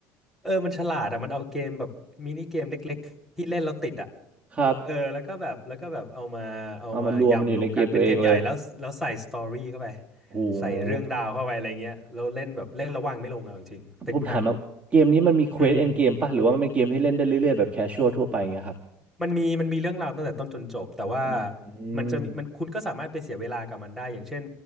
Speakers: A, in the centre; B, on the right.
A: เออมันฉลาดอ่ะมันเอาเกมแบบมินิเกมเล็กๆที่เล่นแล้วติดอ่ะ
B: <laughs> ครับ
A: เออแล้วก็แบบแล้วก็แบบเอามาเอามายำรวมกันเป็นเกมใหญ่แล้วแล้วใส่สตอรี่เข้าไป
B: เอามารวมมันอยู่ในเกมตัวเองเลยโห
A: ใส่เรื่องราวเข้าไปอะไรเงี้ยแล้วเล่นแบบเล่นระว่างไม่ลงอ่ะเอาจริงๆติดมาก
B: ผมถามมาเกมนี้มันมีเควสเอนเกมป่ะหรือว่ามันเป็นเกมที่เล่นได้เรื่อยๆแบบแคชชวลทั่วไปเงี้ยครับ
A: อืม มันมีมันมีเรื่องราวตั้งแต่ต้นจนจบแต่ว่า
B: อืม
A: มันจะมีมันคุณก็สามารถไปเสียเวลากับมันได้อย่างเช่น